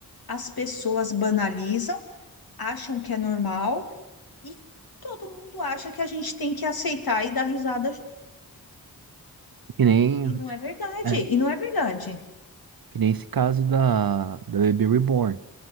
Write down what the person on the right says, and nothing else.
Que nem,
é,
que nem esse caso da, da Baby Reborn.